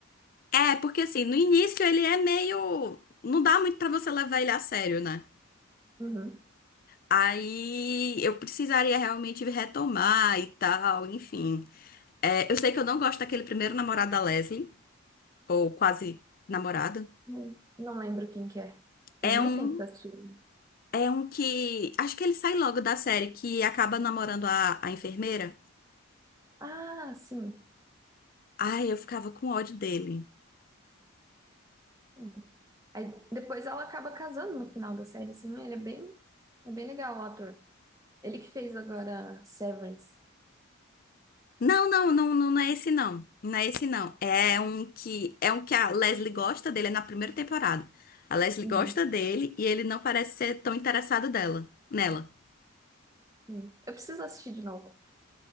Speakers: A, on the left; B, on the right.
A: É, porque assim, no início ele é meio... Não dá muito pra você levar ele a sério, né?
B: Uhum.
A: Aí eu precisaria realmente retomar e tal, enfim. É, eu sei que eu não gosto daquele primeiro namorado da Leslie, ou quase namorado.
B: Não, não lembro quem que é. Faz
A: É
B: muito
A: um
B: tempo que eu assisti.
A: É um que. Acho que ele sai logo da série, que acaba namorando a, a enfermeira.
B: Ah, sim.
A: Ai, eu ficava com ódio dele.
B: É. Aí depois ela acaba casando no final da série, assim. Ele é bem, é bem legal, o ator. Ele que fez agora Severance.
A: Não, não, não, não, não é esse não. Não é esse não. É um que. É um que a Leslie gosta dele, é na primeira temporada. A Leslie
B: Uhum.
A: gosta dele e ele não parece ser tão interessado dela, nela.
B: Sim. Eu preciso assistir de novo.